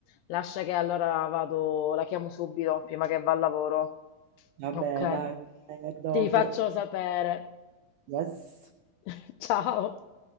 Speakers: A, on the left (about 80°); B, on the right (about 80°).
A: Lascia che allora vado, la chiamo subito, prima che va al lavoro.
B: Vabbè,
A: Ok?
B: dai, eh, a dopo.
A: Ti faccio sapere.
B: Yes.
A: <laughs> Ciao.